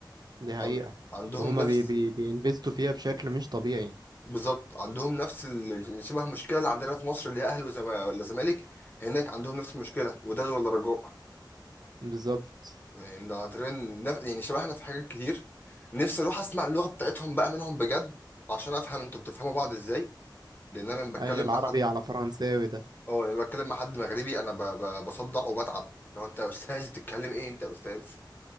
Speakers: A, on the right; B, on the left.
A: دي حقيقة
B: عن... عندهم
A: وهما
B: نفس
A: بي بي بينفستوا فيها بشكل مش طبيعي
B: بالظبط عندهم نفس ال- شبه المشكله اللي عندنا في مصر اللي هي اهلي وزم... ولا زمالك هناك عندهم نفس المشكله وداد ولا رجاء
A: بالظبط
B: يعني تقريبا نف... يعني شبهنا في حاجات كتير نفسي اروح اسمع اللغه بتاعتهم بقى منهم بجد عشان افهم انتوا بتفهموا بعض ازاي لان انا لما بتكلم
A: اي العربي
B: مع حد
A: على فرنساوي ده
B: اه لما بتكلم مع حد مغربي انا ب... ب... بصدع وبتعب لو انت يا استاذ بتتكلم ايه انت يا استاذ